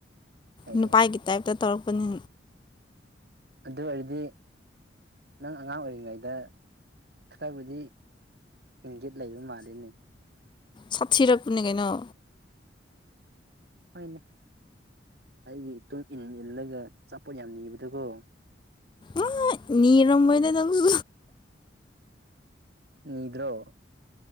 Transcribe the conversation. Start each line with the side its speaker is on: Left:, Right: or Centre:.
Right: ꯑꯦ
Left: ꯅꯨꯄꯥꯥꯏꯒꯤ
Right: ꯑꯦ
Left: ꯇꯥꯏꯞꯇ ꯇꯧꯔꯛꯄꯅꯤ
Right: ꯑꯗꯨ ꯑꯣꯏꯔꯗꯤ ꯅꯪ ꯑꯉꯥꯡ ꯑꯣꯏꯔꯤꯉꯩꯗ ꯈꯔꯕꯨꯗꯤ ꯏꯪꯖꯤꯠ ꯂꯩꯕ ꯃꯥꯜꯂꯤꯅꯦ
Left: ꯁꯥꯔ ꯄꯨꯅꯤ ꯀꯩꯅꯧ
Right: ꯍꯅꯦ ꯑꯩꯒꯤ ꯏꯇꯨꯡ ꯏꯟ ꯏꯜꯂꯒ ꯑꯆꯥꯄꯣꯠ ꯌꯥꯝ ꯅꯤꯕꯗꯨꯀꯣ
Left: ꯑ ꯅꯔꯝꯝꯕꯣꯏꯗ ꯇꯉ
Right: ꯅꯤꯗ꯭ꯔꯣ